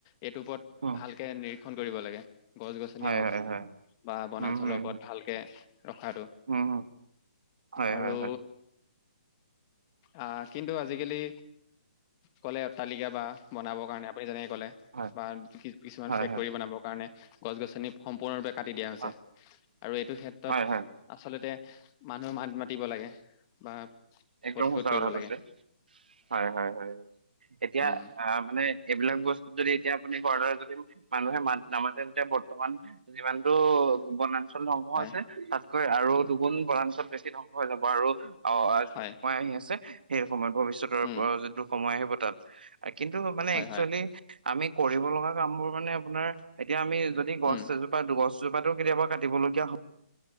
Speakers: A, on the left; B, on the right.
A: এইটোৰ ওপৰত
B: উম
A: ভালকে নি খন কৰিব লাগে। গছ গছনি
B: হয়
A: হওক
B: হয় হয়
A: বা বনাঞ্চলৰ
B: উম হুম
A: ওপৰত
B: হুম
A: ভালকে ৰখাটো
B: উম, হুম হয়
A: আৰু
B: হয় হয়
A: অ' কিন্তু আজিকালি কলে অট্টালিকা বা বনাবৰ কাৰণে আপুনি যেনেক ক'লে
B: হয়
A: বা কিছুমান
B: হয়
A: ফেক্ৰী
B: হয়
A: বনাব কাৰণে নে গছ গছনি সম্পূৰ্ণৰূপে কাটি দিয়া হৈছে
B: হয়
A: আৰু এইটো ক্ষেত্ৰত
B: হয় হয়
A: আচলতে মানুহ মাত মাতিব লাগে। বা
B: একদম
A: প্ৰতিশোধ
B: সঁচা
A: কৰিব
B: কথা কৈছে
A: লাগে
B: হয় হয় হয় এতিয়া
A: উম
B: আহ মানে এইবিলাক বস্তুত যদি এতিয়া আপুনি ঘৰ্ডাৰ যদি মানুহে মাত নামাতে তেতিয়া বৰ্তমান যিমানটো বনা ল, ধ্বংস হৈছে,
A: হয়
B: তাতকৈ আৰু দুগুণ বনাঞ্চল বেছি ধ্বংস হৈ যাব, আৰু অ' <unintelligible>
A: হয়
B: আহি আছে সেই সময়ত ভৱিষ্যতৰ
A: উম
B: পৰা যিটো সময় আহি <unintelligible> কিন্তু মানে
A: হয়
B: একচুৱেলি
A: হয়
B: আমি কৰিব লগা কামবোৰ মানে আপোনাৰ এতিয়া আমি যদি গছ
A: উম
B: এজোপা দুগছ জোপাটো কেতিয়াবা কাটিবলগীয়া হয়।